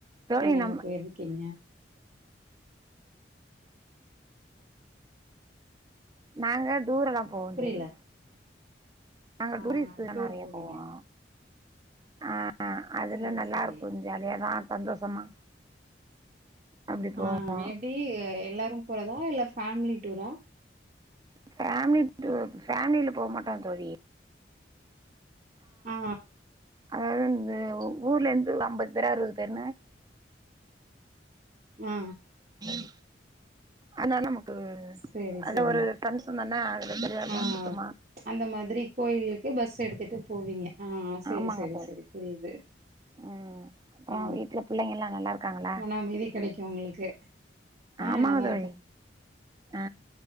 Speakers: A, on the right; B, on the right.
A: தோழி
B: எங்கெங்க
A: நம்ம
B: போயிர்கீங்க
A: நாங்க டூரெல்லா போவோ
B: புரியல
A: தோழி நாங்க
B: ஆ
A: டூரிஸ்ட்லா
B: டூர்
A: நறைய
B: போவீங்க
A: போவோ ஆ ஆ அதுல
B: சரி
A: நல்லாருக்கு
B: சரி
A: ஜாலியாதா சந்தோஷமா அப்டி போவோம்.
B: ஆ எப்டி எல்லாரும் போறதா இல்ல ஃபேம்லி டூரா
A: ஃபேம்லி டூர் ஃபேம்லில போ மாட்டோ தோழி
B: ஆ
A: அதாவது வந்து ஊர்ல இருந்து ஒரு அம்பது பேரு அறுபது பேருன்னு
B: ஆ
A: <inaudible> ஆனா நமக்கு
B: சேரி
A: அத
B: சேரி
A: ஒரு ஃப்ரெண்ட்ஸ் வந்தோன அதுல தெளிவா
B: ஆ
A: <inaudible> குமா
B: அந்த மாதிரி கோயிலுக்கு பஸ் எடுத்துட்டு போவீங்க ஆ சேரி
A: ஆமாங்க
B: சேரி
A: தோழி.
B: சேரி புரியுது
A: ம் அப்றோ
B: ஆ
A: வீட்ல புள்ளைங்க எல்லா நல்லாருக்காங்ளா
B: மன அமைதி கெடைக்கு உங்களுக்கு ஆ
A: ஆமாங்க
B: நல்லா
A: தோழி, ஆ,